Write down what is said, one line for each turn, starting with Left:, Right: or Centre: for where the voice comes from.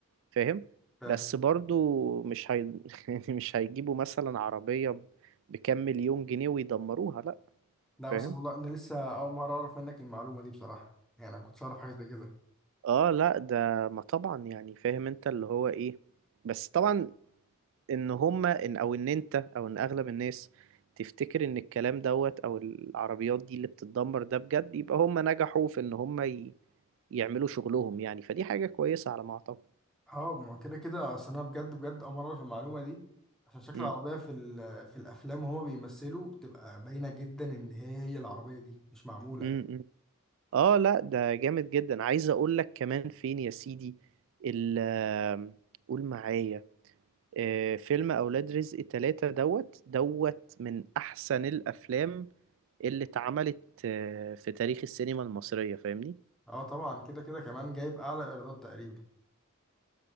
Right: فاهم
Centre: ف...
Right: بس برضو مش هي... <laughs> يعني مش هيجيبوا مثلا عربية ب- بكام مليون جنيه ويدمروها لأ
Centre: لا بس
Right: فاهم
Centre: والله انا لسه اول مره اعرف منك المعلومه دي بصراحه يعني انا ما كنتش اعرف حاجه زي كده
Right: اه لا ده ما طبعا يعني فاهم انت اللي هو ايه بس طبعا ان هما ان او ان انت او ان اغلب الناس تفتكر ان الكلام دوت او العربيات دي اللي بتتدمر ده بجد يبقى هما نجحوا في ان هما ي... يعملوا شغلهم يعني فدي حاجة كويسة على ما اعتقد
Centre: اه ما كده كده اصل انا بجد بجد اول مره في المعلومه دي عشان شكل
Right: امم
Centre: العربيه في ال- في الافلام وهما بيمثلوا بتبقى باينه جدا ان هي هي العربيه دي مش معموله
Right: امم
Centre: يعني
Right: إمم. اه لا ده جامد جدا عايز اقول لك كمان فين يا سيدي ال آم، قول معايا آه، فيلم اولاد رزق تلاتة دوت دوت من احسن الافلام اللي اتعملت آه، في تاريخ السينما المصرية فاهمني
Centre: اه طبعا كده كده كمان جايب اعلى ايرادات تقريبا